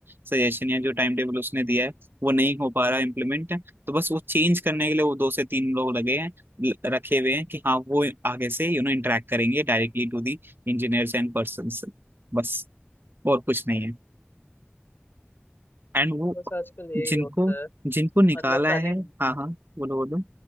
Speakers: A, on the right (about 55°); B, on the left (about 55°).
A: सजेशन या जो टाइम टेबल उसने दिया है वो नहीं हो पा रहा इम्प्लीमेंट तो बस वो चेंज करने के लिए वो दो से तीन लोग लगे हैं ल- रखे हुए हैं कि हाँ वो आगे से यू नो इंटरेक्ट करेंगे directly to the engineers and persons बस और कुछ नहीं है एंड वो
B: तो बस आजकल यही
A: जिनको
B: होता है
A: जिनको निकाला
B: मतलब खाली
A: है हाँ हाँ बोलो बोलो